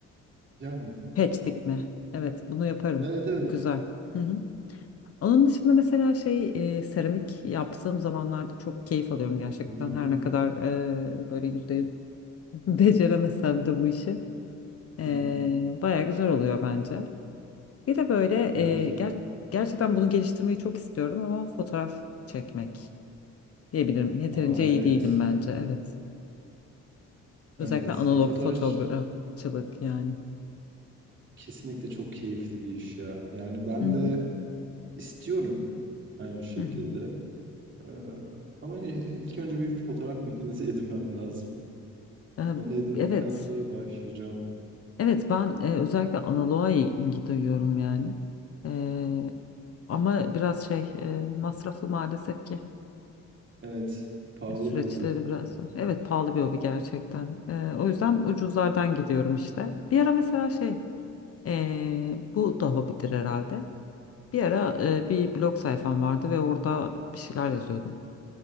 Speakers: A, on the right; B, on the left.
A: Yani.
B: Patch dikme. Evet, bunu yaparım.
A: Evet evet.
B: Güzel. Hı hı. Onun dışında mesela şey e, seramik yaptığım zamanlarda çok keyif alıyorum gerçekten.
A: Hı hı.
B: Her ne kadar e, böyle yüzde yüz <laughs> beceremesem de bu işi. E,
A: Hı hı.
B: baya güzel oluyor bence. Bir de böyle
A: Bence
B: e, ger- gerçekten bunu geliştirmeyi çok istiyorum ama fotoğraf çekmek diyebilirim. Yeterince
A: aa evet.
B: iyi değilim bence. Evet. Özellikle
A: Evet.
B: analog
A: Ya fotoğraf
B: fotoğrafçılık yani.
A: kesinlikle çok keyifli bir iş ya. Yani ben
B: Hı hı.
A: de istiyorum aynı şekilde.
B: Hı hı.
A: Ee, ama i- ilk önce bir fotoğraf makinesi <laughs> edinmem lazım.
B: Ee,
A: Onu edindikten
B: Evet,
A: sonra başlayacağım.
B: evet ben e, özellikle analoğa ilgi duyuyorum yani. Ee, ama biraz şey e, masraflı maalesef ki
A: Evet. Pahalı
B: süreçleri
A: bir hobi.
B: biraz. Evet pahalı bir hobi gerçekten. Ee, o yüzden ucuzlardan gidiyorum işte. Bir ara mesela şey e, bu da hobidir herhalde. Bir ara e, bir blog sayfam vardı ve orada bir şeyler yazıyordum.